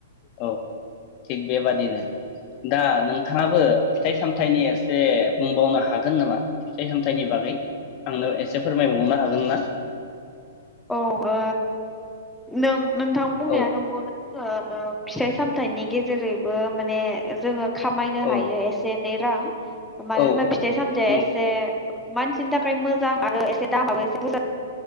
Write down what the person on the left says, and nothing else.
अ थिग बेबादिनो दा नोंथाङाबो फिथाइ सामथायाइनि एसे बुंबावनो हागोन नामा फिथाइ सामथ। नि बागै आंनो एसे। फोरमायबावनो हागोन ना।
औ
औ
औ
नं